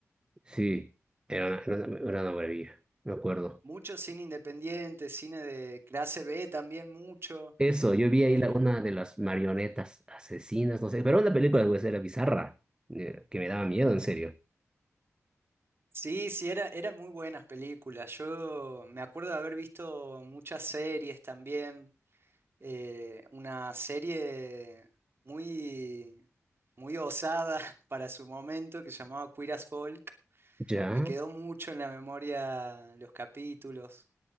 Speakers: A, on the right; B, on the right.
A: Sí, era una, era una, era una maravilla, me acuerdo.
B: Mucho cine independiente, cine de clase B también mucho.
A: Eso, yo vi
B: eh,
A: ahí la- una de las marionetas asesinas, no sé, pero era una película de era bizarra, eh, que me daba miedo, en serio.
B: Sí, sí, era, eran muy buenas películas. Yo me acuerdo de haber visto muchas series también. eh, una serie muy, muy osada <laughs> para su momento que se llamaba Queer as Folk.
A: Ya,
B: Me quedó mucho en la memoria los capítulos.